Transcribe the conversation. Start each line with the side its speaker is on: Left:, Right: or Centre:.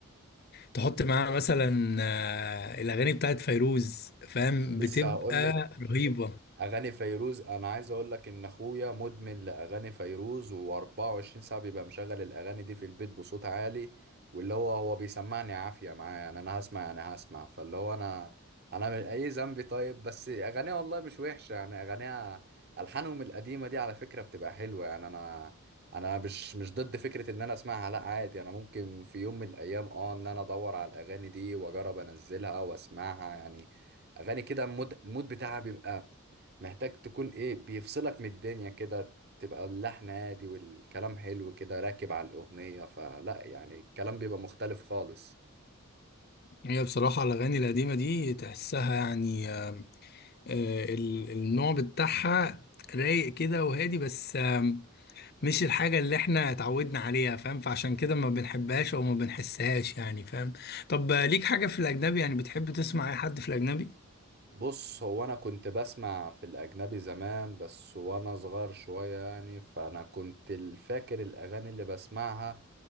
Left: تحط معاها مثلا آه، الاغاني بتاعت فيروز فاهم
Right: لسه
Left: بتبقى
Right: هقول
Left: رهيبه
Right: اغاني فيروز انا عايز اقول لك ان اخويا مدمن لاغاني فيروز و24 ساعه بيبقى مشغل الاغاني دي في البيت بصوت عالي واللي هو هو بيسمعني عافيه معايا يعني انا هسمع يعني هسمع فاللي هو انا انا من اي ذنبي طيب بس اغانيها والله مش وحشه يعني اغانيها الحانهم القديمه دي على فكره بتبقى حلوه يعني انا انا مش مش ضد فكره ان انا اسمعها لا عادي انا ممكن في يوم من الايام اه ان انا ادور على الاغاني دي واجرب انزلها واسمعها يعني اغاني كده المود المود بتاعها بيبقى محتاج تكون ايه بيفصلك من الدنيا كده تبقى اللحن هادي والكلام حلو كده راكب على الأغنية فلا يعني الكلام بيبقى مختلف خالص
Left: هي بصراحه الاغاني القديمه دي تحسها يعني آه، ال- النوع بتاعها رايق كده وهادي بس آم، مش الحاجه اللي احنا اتعودنا عليها فاهم فعشان كده ما بنحبهاش او ما بنحسهاش يعني فاهم طب آه، ليك حاجه في الاجنبي يعني بتحب تسمع اي حد في الاجنبي
Right: بص هو انا كنت بسمع في الاجنبي زمان بس وانا صغير شوية يعني فانا كنت ال- فاكر الاغاني اللي بسمعها